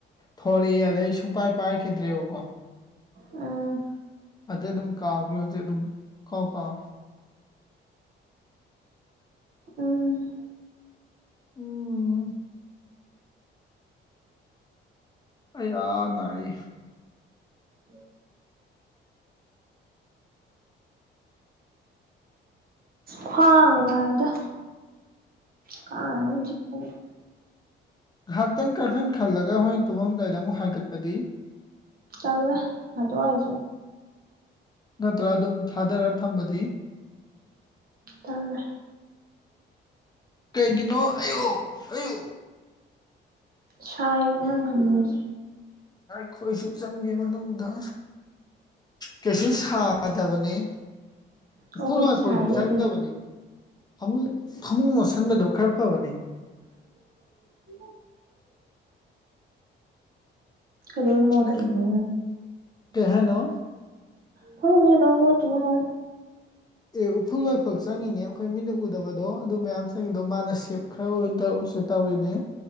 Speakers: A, on the left; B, on the right.
A: ꯊꯣꯔꯛꯑꯦ ꯑꯗꯩ ꯁꯨꯡꯄꯥꯏ ꯄꯥꯏꯔꯈꯤꯗ꯭ꯔꯦꯕꯀꯣ
B: ꯎꯝ
A: ꯑꯗꯩ ꯑꯗꯨꯝ ꯀꯥꯎꯈꯦ ꯍꯧꯖꯤꯛ ꯑꯗꯨꯝ ꯀꯥꯎ ꯀꯥꯎ
B: ꯎꯝ
A: ꯎꯝ ꯑꯌꯥ ꯅꯥꯌꯦ
B: ꯎꯝ ꯈ꯭ꯋꯥꯡꯒ ꯅꯥꯢꯗ ꯀꯥꯡ ꯃꯔꯣꯃ ꯆꯤꯛꯄꯅꯦ
A: ꯉꯥꯏꯍꯥꯛꯇꯪ ꯀꯥꯏꯈꯟ ꯈꯜꯂꯒ ꯍꯣꯔꯦꯟ ꯇꯨꯝꯃꯝꯗꯥꯏꯗ ꯑꯃꯨꯛ ꯍꯥꯏꯒꯠꯄꯗꯤ
B: ꯇꯜꯂꯦ ꯑꯗꯨꯋꯥꯢꯁꯨ
A: ꯅꯠꯇ꯭ꯔꯥ ꯑꯗꯨꯝ ꯊꯥꯗꯔ ꯊꯝꯕꯗꯤ
B: ꯇꯜꯂꯦ
A: ꯀꯩꯒꯤꯅꯣ ꯑꯌꯣ ꯑꯌꯣ
B: ꯁꯥꯢꯕ ꯀꯥꯡꯈꯟ ꯈꯟꯕꯁꯦ
A: ꯅꯥꯢ ꯈꯣꯏꯁꯨ ꯆꯪꯒꯦ ꯃꯅꯨꯡꯗ ꯀꯩꯁꯨ ꯁꯥꯗꯕꯅꯤ ꯎꯐꯨꯜ
B: ꯑꯣ ꯑꯈꯣꯏꯗꯤ
A: ꯋꯥꯏꯐꯨꯜꯁꯨ
B: ꯁꯥꯏꯌꯦ
A: ꯆꯪꯗꯕꯅꯤ ꯐꯃꯨꯡ ꯐꯃꯨꯡ ꯃꯣꯠꯁꯤꯟꯕꯗꯣ ꯈꯔ ꯐꯕꯅꯤ
B: <inaudible> ꯀꯩꯗꯧꯕꯩ ꯃꯣꯠꯇꯣꯢꯅꯣ
A: ꯑꯩ ꯀꯩ ꯍꯥꯢꯅꯣ
B: <unintelligible> ꯃꯣꯠꯈꯤꯅꯤ ꯍꯥꯢ
A: ꯑꯦ ꯎꯐꯨꯜ ꯋꯥꯏꯐꯨꯜ ꯆꯪꯉꯤꯅꯦ ꯑꯩꯈꯣꯏ ꯃꯤꯠꯅ ꯎꯗꯕꯗꯣ ꯑꯗꯨ ꯃꯌꯥꯝ ꯆꯪꯉꯤꯗꯣ ꯃꯥꯅ ꯁꯦꯞ ꯈꯔ ꯑꯣꯏꯗꯁꯨ ꯇꯧꯔꯤꯅꯦ